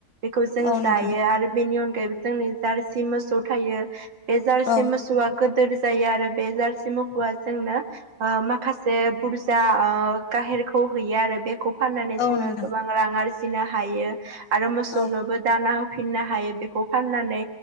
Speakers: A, on the right; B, on the left.
A: बिखौ जों
B: औ नोंथां
A: जायो आरो बेनि अनगायैबो जोंनि जारसि मोसौ थायो बे जारसि
B: औ
A: मोसौआ गोदोर जायो आरो बे जारसि मोखौआ जोंनो ओ माखासे बुरजा गाहेरखौ हैयो आरो बेखौ फाननानै
B: औ
A: जोङो
B: नोंथां
A: गोबां रां आरजिनो हायो आरो मोसौनोबो
B: औ
A: दाना होफिननो हायो बेखौ फाननानै